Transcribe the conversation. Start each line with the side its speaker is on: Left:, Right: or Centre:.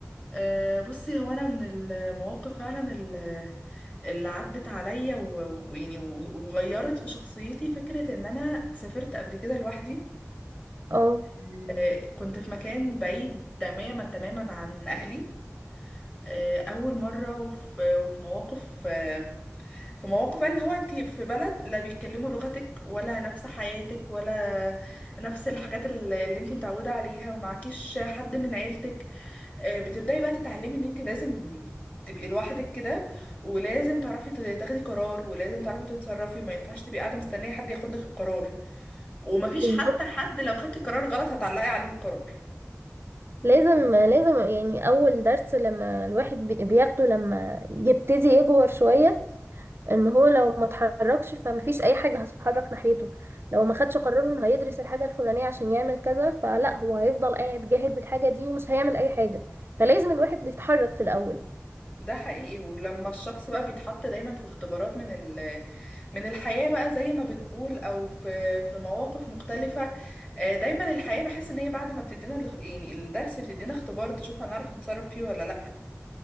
Left: أه بصي هو انا من المواقف فعلا ال- اللي عدت عليا و- ويعني و- وغيرت في شخصيتي فكرة ان انا سافرت قبل كده لوحدي
Right: اه
Left: مم. آه، كنت في مكان بعيد تماما تماما عن اهلي آه، اول مره وفي وفي مواقف آه، في مواقف بقى اللي هو انت في بلد لا بيتكلموا لغتك ولا نفس حياتك ولا نفس الحاجات اللي اللي انت متعوده عليها ومعكيش حد من عيلتك آه، بتبداي بقى تتعلمي ان انت لازم تبقي لوحدك كده ولازم تعرفي ت- تاخدي قرار ولازم تعرفي تتصرفي وما ينفعش تبقي قاعده مستنيه حد ياخد لك القرار ومفيش
Right: بالظبط
Left: حتى حد لو خدتي قرار غلط هتعلقي عليه القرار
Right: لازم لازم يعني اول درس لما الواحد بي- بياخده لما يبتدي يكبر شوية ان هو لو ما اتحركش فمفيش اي حاجة هتتحرك ناحيته لو ما خدش قرار انه هيدرس الحاجة الفلانية عشان يعمل كذا فلا هو هيفضل قاعد جاهل بالحاجة دي ومش هيعمل اي حاجة فلازم الواحد يتحرك في الاول
Left: ده حقيقي ولما الشخص بقى بيتحط دايما في اختبارات من ال... من الحياة بقى زي ما بنقول او في في مواقف مختلفة آه، دايما الحياة بحس ان هي بعد ما بتدينا ال- يعني الدرس بتدينا اختبار تشوف هنعرف نتصرف فيه ولا لأ